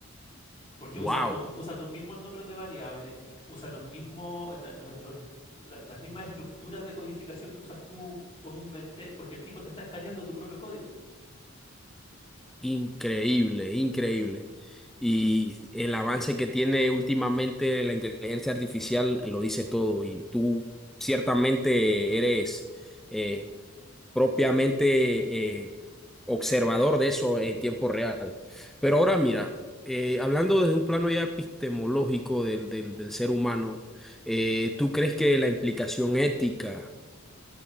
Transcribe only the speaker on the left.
Porque
usa, tu- usa tus mismos nombres de variables, usa los mismos, la- lo- lo- la- las mismas estructuras de codificación que usas tú cu- comúnmente, porque el tipo te está escaneando tu propio código.